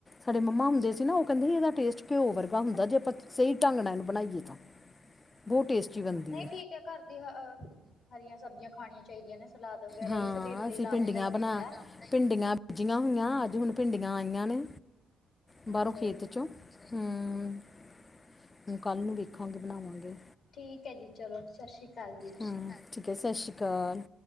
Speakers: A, on the left; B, on the left.
A: ਸਾਡੇ ਮੰਮਾ ਹੁੰਦੇ ਸੀ ਨਾ, ਉਹ ਕਹਿੰਦੇ ਇਹਦਾ ਟੇਸਟ ਘਿਓ ਵਰਗਾ ਹੁੰਦਾ। ਜੇ ਆਪਾਂ ਸਹੀ ਢੰਗ ਨਾਲ ਇਨੂੰ ਬਣਾਈਏ। <unintelligible> ਟੇਸਟੀ ਬਣਦੀ
B: ਨਹੀਂ ਠੀਕ ਹੈ, ਘਰ ਦੀ ਹ ਹਰੀਆਂ ਸਬਜ਼ੀਆਂ ਖਾਣੀਆਂ ਚਾਹੀਦੀਆਂ ਨੇ। ਸਲਾਦ ਵਗੈਰਾ
A: ਹਾਂ
B: ਹੀ। ਸਰੀਰ ਲਈ
A: ਅਸੀਂ
B: ਲਾਭਦਾਇਕ
A: ਭਿੰਡੀਆਂ ਬਣਾ
B: ਹੁੰਦਾ ਹੈ।
A: ਭਿੰਡੀਆਂ ਬੀਜੀਆਂ ਹੋਈਆਂ। ਅੱਜ ਹੁਣ ਭਿੰਡੀਆਂ ਆਈਆਂ ਨੇ, ਬਾਹਰੋਂ
B: ਅੱਛਾ ਜੀ
A: ਖੇਤ ਚੋਂ ਹੂੰ, ਕੱਲ ਨੂੰ ਵੇਖਾਂਗੇ ਬਣਾਵਾਂਗੇ।
B: ਠੀਕ ਹੈ ਜੀ, ਚਲੋ ਸਤਿ ਸ਼੍ਰੀ ਅਕਾਲ ਜੀ।
A: ਹੂੰ, ਠੀਕ ਹੈ ਸਤਿ ਸ਼੍ਰੀ ਅਕਾਲ।